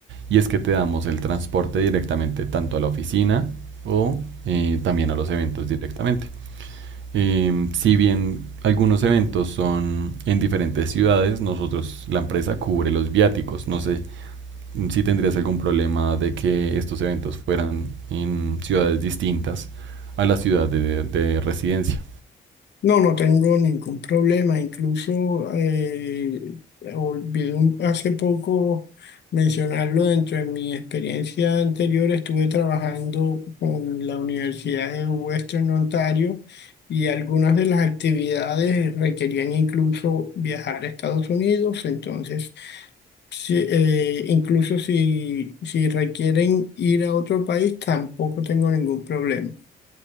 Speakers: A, on the right; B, on the left.
A: y es que te damos el transporte directamente tanto a la oficina o eh, también a los eventos directamente. Em, si bien algunos eventos son en diferentes ciudades, nosotros, la empresa cubre los viáticos. No sé si tendrías algún problema de que estos eventos fueran en ciudades distintas a la ciudad de, de residencia.
B: No, no tengo ningún problema. Incluso eh, olvidé un- hace poco mencionarlo dentro de mi experiencia anterior. Estuve trabajando con la Universidad de Western Ontario y algunas de las actividades requerían incluso viajar a Estados Unidos. Entonces, si- eh, incluso si, si requieren ir a otro país, tampoco tengo ningún problema.